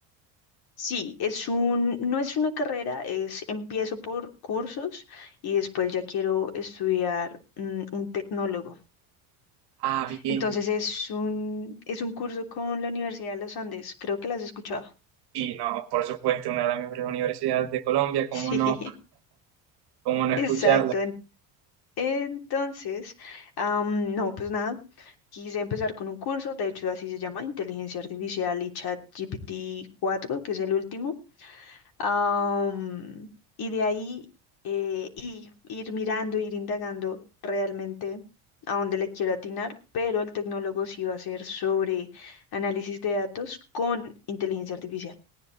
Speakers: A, on the left (about 55°); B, on the right (about 60°).
A: Sí, es un, no es una carrera, es empiezo por cursos y después ya quiero estudiar mm, un tecnólogo.
B: Ah, bien.
A: Entonces es un, es un curso con la Universidad de los Andes, creo que las has escuchado.
B: Y no, por supuesto, una de las mejores universidades de Colombia, ¿cómo
A: <laughs>
B: no,
A: Sí,
B: cómo no
A: exacto.
B: escucharla?
A: Entonces, am, no, pues nada, quise empezar con un curso, de hecho así se llama, Inteligencia Artificial y Chat GPT 4, que es el último. Am, y de ahí eh, y ir mirando, ir indagando realmente a dónde le quiero atinar, pero el tecnólogo sí va a ser sobre análisis de datos con inteligencia artificial.